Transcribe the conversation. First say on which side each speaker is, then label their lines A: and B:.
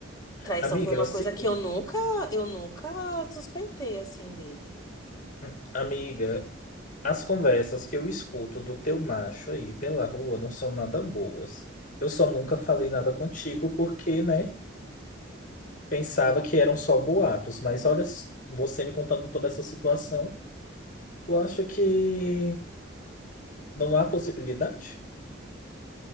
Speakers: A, on the left; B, on the left.
A: traição
B: Amiga,
A: foi uma
B: é o seguinte,
A: coisa que eu nunca, eu nunca suspeitei assim dele.
B: hum, amiga, as conversas que eu escuto do teu macho aí pela rua não são nada boas. Eu só nunca falei
A: Hum.
B: nada contigo porque, né, pensava que eram só boatos, mas olha, s- você me contando toda essa situação, eu acho que não há possibilidade?